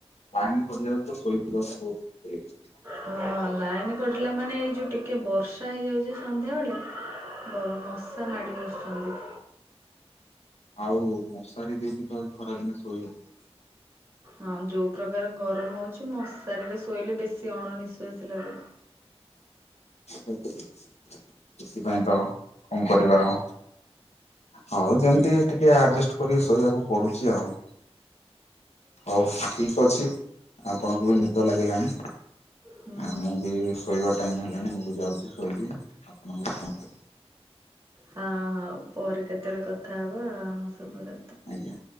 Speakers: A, on the left (about 80°); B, on the right (about 25°).
A: ପାଣିପଡ଼ିବାକୁ ତୁ ଶୋଇପଡ଼ିଥିବୁ।
B: ହଁ ଲାଇନ କଟିଲା ମାନେ ଏଇ ଯୋଉ ଟିକେ ବର୍ଷା ହେଇଯାଉଛି ସନ୍ଧ୍ୟାବେଳେ। ବର ମଶା ମାଡ଼ି ବସୁଛନ୍ତି।
A: ଆଉ ମଶାରୀ ଦେଇକି ତ ଖରାଦିନେ ଶୋଇ ହବ।
B: ହଁ ଯୋଉ ପ୍ରକାର ଗରମ ହଉଛି ମଶାରିରେ ଶୋଇଲେ ବେଶୀ ଅଣ ନିିଶ୍ଵାସ ଲାଗେ।
A: ସେଥିପାଇଁ ତ କଣ କରିବା ଆଉ। ହଉ
B: ହଁ।
A: ଯେମିତି ଟିକେ ଆଡଜେଷ୍ଟ କରି ଶୋଇବାକୁ ପଡୁଛି ଆଉ। ହଉ ଠିକ ଅଛି ଆପଣଙ୍କୁ ବି ନିଦ ଲାଗିଲାଣି।
B: ହୁଁ
A: ଆଉ ମୁଁ ବି ଶୋଇବା ଟାଇମ ହେଲାଣି ମୁଁ ବି ଯାଉଛି ଶୋଇବି ଆପଣଙ୍କୁ ଶୁନ୍ତୁ। <inaudible>
B: ହଁ ହଉ ପରେ କେତେବେଳେ କଥା ହବା ସବୁ ରା
A: ଆଜ୍ଞା।